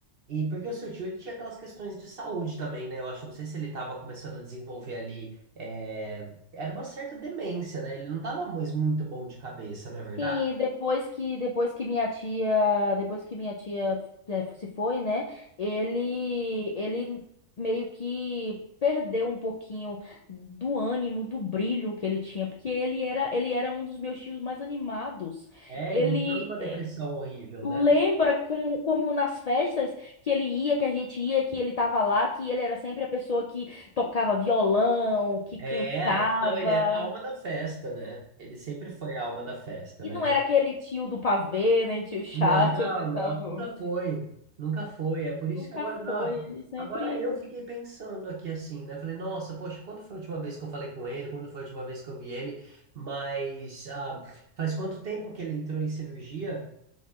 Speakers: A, on the right; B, on the left.
A: e porque o seu tio ele tinha aquelas questões de saúde também, né? Eu acho, não sei se ele estava começando a desenvolver ali, é, era uma certa demência, né? Ele não estava mais muito bom de cabeça, não é verdade?
B: Sim, depois que depois que minha tia, depois que minha tia eh, se foi, né? Ele ele meio que perdeu um pouquinho do ânimo, do brilho que ele tinha, porque ele era ele era um dos meus tios mais animados.
A: É,
B: Ele
A: ele entrou numa depressão horrível,
B: Lembra
A: né?
B: como, como nas festas que ele ia, que a gente ia, que ele tava lá, que ele era sempre a pessoa que tocava violão, que cantava.
A: É, não, ele era a alma da festa, né? Ele sempre foi a alma da festa,
B: E
A: né?
B: não era aquele tio do pavê, nem tio chato
A: Não,
B: <laughs> tentando.
A: não, nunca foi. Nunca foi. É por isso
B: Nunca
A: que agora, nó-
B: foi. Ele sempre
A: agora eu fiquei pensando aqui assim, né? Falei, nossa, poxa, quando foi a última vez que eu falei com ele? Quando foi a última vez que eu vi ele? Mas ah, faz quanto tempo que ele entrou em cirurgia?